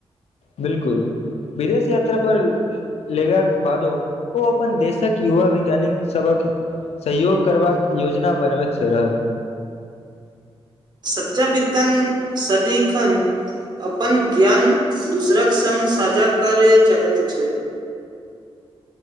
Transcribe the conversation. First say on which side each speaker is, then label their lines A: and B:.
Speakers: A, on the left; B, on the right.
A: बिल्कुल विदेश यात्रा पर लेगा के बादो ओ अपन देशक युवा वैज्ञानिक सबक सहयोग करबाक योजना बनबैत छ रहल
B: सच्चाविद्यन सदीक तखन अपन ज्ञान दोसरक सङ्ग साझा करए चाहेैत छै